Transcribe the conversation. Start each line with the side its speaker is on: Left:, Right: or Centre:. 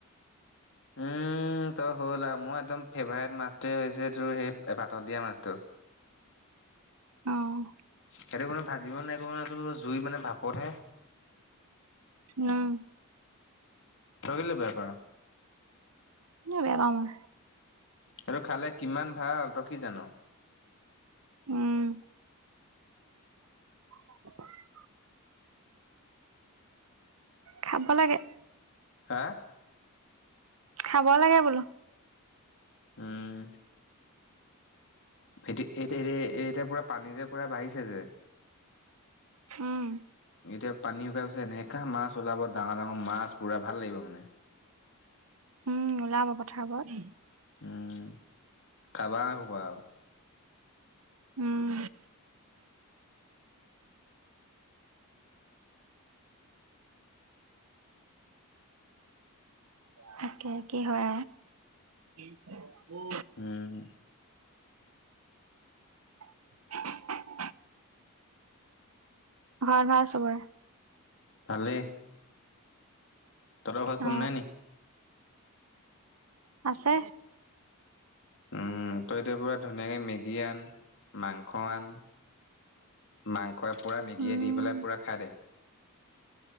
Left: উম তোৰ হ'ল আৰু মোৰ একদম ফেভাৰট মাছটোৱে হৈছে তোৰ সেই পাতত দিয়া মাছটো।
Right: অ'।
Left: সেইটো কোনো ভাজিব হেৰি কৰিব নালাগে, জুই মানে ভাপতহে।
Right: উম।
Left: তই কেইলে বেয়া পা?
Right: এনে বেয়া পাওঁ মই।
Left: সেইটো খালে কিমান ভাল তই কি জান?
Right: উম। <unintelligible> খাব লাগে
Left: হা?
Right: খাব লাগে বোলো।
Left: উম। সেতি এতি এতিয়া পুৰা পানী যে পুৰা বাঢ়িছে যে
Right: উম।
Left: এতিয়া পানী শুকাই গৈছে এনেকা মাছ ওলাব ডাঙৰ ডাঙৰ মাছ পুৰা ভাল লাগিব মানে।
Right: উম ওলাব পথাৰবোৰত।
Left: উম খাবা আৰু শুবা।
Right: উম।
Left: <inaudible>
Right: তাকে, কি হয় আৰু।
Left: উম।
Right: <unintelligible> ঘৰত ভাল চবৰে।
Left: ভালে। তহঁতৰ ঘৰত কোনো
Right: অ
Left: নাই নেকি?
Right: আছে।
Left: উম। তই এতিয়া পুৰা ধুনীয়াকৈ মেগী আন মাংস আন। মাংসই পুৰা মেগিয়ে
Right: উম
Left: দি পেলাই পুৰা খাই দে।